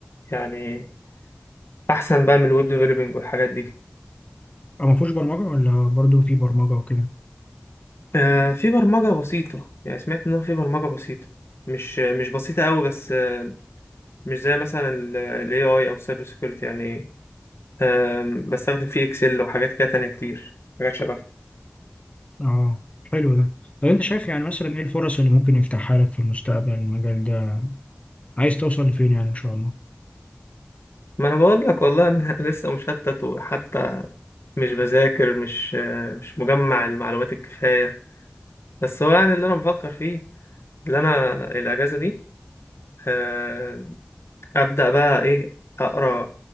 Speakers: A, on the left; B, on the left.
A: يعني احسن بقى من الويب ديفلوبينج والحاجات دي
B: اه مفهوش برمجه ولا برضو في برمجه وكده
A: آه، في برمجة بسيطة يعني سمعت ان هو في برمجة بسيطة مش مش بسيطة قوي بس آه، مش زي مثلا ال AI او سايبر سيكيورتي يعني آم، بستخدم فيه اكسل وحاجات كده تانية كتير حاجات شبه
B: اه حلو ده طب انت شايف يعني مثلا ايه الفرص اللي ممكن يفتحها لك في المستقبل المجال ده عايز توصل لفين يعني ان شاء الله
A: ما انا بقول لك والله انا <laughs> لسه مشتت وحتى مش بذاكر مش مش مجمع المعلومات الكفاية بس هو يعني اللي انا بفكر فيه اللي انا الاجازة دي آه، ابدأ بقى ايه اقرا